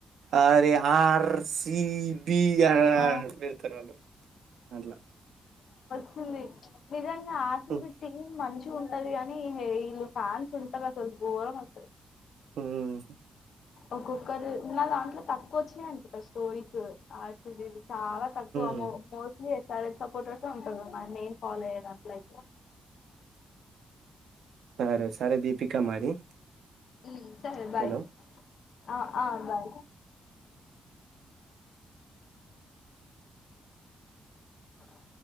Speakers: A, on the right (about 80°); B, on the left (about 65°).
A: అరే ఆర్ సి బి
B: ఆ
A: వెళ్తారు అట్లా
B: చిందు నీజాంగా ఆర్ సి
A: ఉమ్
B: బి టీమ్ మంచిగా ఉ సరే గానీ ఇల్లు ఫ్యాన్స్ ఉంటార అసలు గోరం అసలు
A: మ్మ్
B: ఒక్కొక్కరు నా దాంట్లో తక్కువ వచ్చినాయింట స్టోరీస్ ఆర్ సి బి వి చాలా తక్కువ
A: ఉమ్.
B: మో మోస్ట్లీ చాలా సపోర్టర్స్ ఉంటుంది మరి నేను ఫాలో అయ్యేదంట్లో అయితే
A: సరే సరే దీపికా మరి
B: ఇ సరే బాయ్
A: హలో
B: ఆ ఆ బాయ్ అ